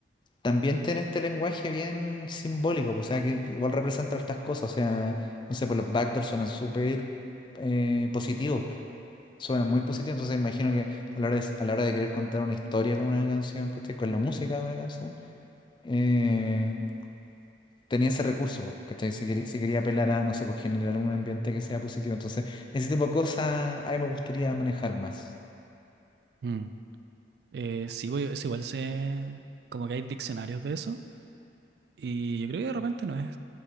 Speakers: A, on the left; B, on the right.
A: también tiene este lenguaje bien simbólico, pues, o sea, que igual representa hartas cosas, o sea, no sé, pues los backdoors suenan súper eh, positivos. suena muy positivos entonces imagino que a la hora de, a la hora de querer contar una historia con una canción, ¿cachai? Con la música de una canción, eh, tenía ese recurso, po, ¿cachai? Si quería, si quería apelar a, no sé, pues generar un ambiente que sea positivo. Entonces, ese tipo de cosas a mí me gustaría manejar más.
B: Mm. Eh, sí, voy- es igual se, como que hay diccionarios de eso y yo creo que de repente no es